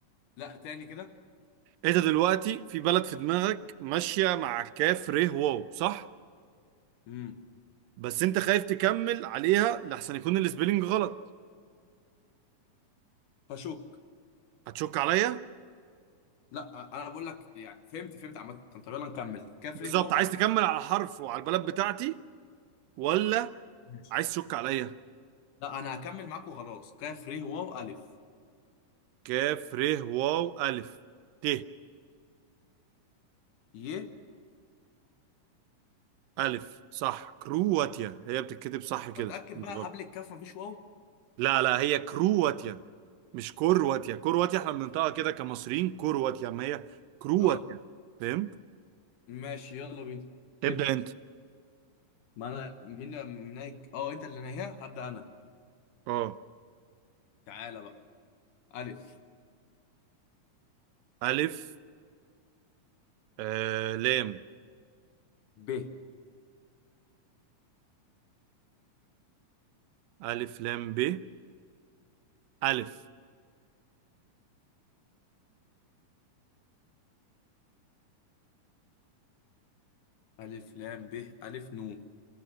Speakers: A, on the left; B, on the right.
A: لا تاني كده
B: انت دلوقتي في بلد في دماغك ماشيه مع كافري واو صح
A: امم
B: بس انت خايف تكمل عليها لحسن يكون السبيلنج غلط
A: فشوك
B: هتشك عليا
A: لا انا بقول لك يعني فهمت فهمت عامه طب يلا نكمل كفري
B: بالظبط
A: واو
B: عايز
A: الف
B: تكمل على حرف وعلى البلد بتاعتي ولا
A: ماشي
B: عايز تشك عليا
A: لا انا هكمل معاك وخلاص كفري واو الف
B: كاف ر واو الف ت
A: ي
B: الف صح كرواتيا هي بتتكتب صح كده
A: بتاكد
B: مش
A: بقى
B: غلط
A: قبل الكاف مفيش واو
B: لا لا هي كرواتيا مش كرواتيا كرواتيا احنا بننطقها كده كمصريين كرواتيا ما هي كرواتيا
A: اه
B: فهمت
A: ماشي يلا بينا
B: ابدأ
A: ابدا
B: انت
A: ما انا مين اللي نايج اه انت اللي ناهيها هبدا انا
B: اه
A: تعالى بقى ألف
B: الف آه لام
A: ب
B: الف لام ب الف
A: ألف لام ب ألف نون